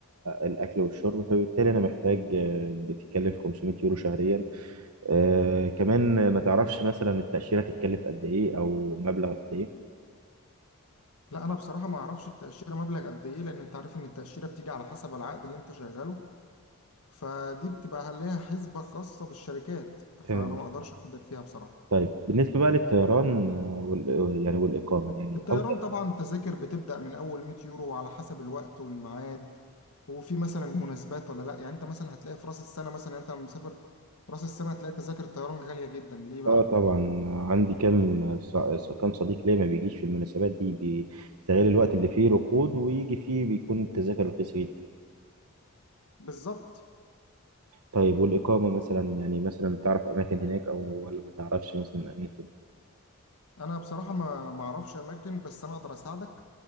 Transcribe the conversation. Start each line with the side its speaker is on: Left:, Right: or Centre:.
Right: الاكل والشرب فبالتالي انا محتاج آه، بتتكلف 500 يورو شهريا آه كمان ما تعرفش مثلا التاشيره تتكلف قد ايه او مبلغ قد ايه
Left: لا انا بصراحه ما اعرفش التاشيره مبلغ قد ايه لان انت عارف ان التاشيره بتيجي على حسب العقد اللي انت شغاله فدي بتبقى ليها حسبه خاصه بالشركات
Right: تمام
Left: فانا ما اقدرش افيدك فيها بصراحه
Right: طيب بالنسبه بقى للطيران آه، وال يعني والاقامه يعني
Left: الطيران
Right: افضل
Left: طبعا التذاكر بتبدا من اول 100 يورو على حسب الوقت والميعاد وفي مثلا مناسبات ولا لا يعني انت مثلا هتلاقي في راس السنه مثلا يعني انت لما مسافر في راس السنه هتلاقي تذاكر الطيران غاليه جدا ليه بقى
Right: اه طبعا عندي كام ص- كام صديق ليا ما بيجيش في المناسبات دي بيستغل الوقت اللي فيه ركود ويجي فيه بيكون التذاكر رخيصه جدا
Left: بالظبط
Right: طيب والإقامة مثلا يعني مثلا تعرف أماكن هناك أو ولا ما تعرفش مثلا أماكن؟
Left: انا بصراحه ما ما اعرفش اماكن بس انا اقدر اساعدك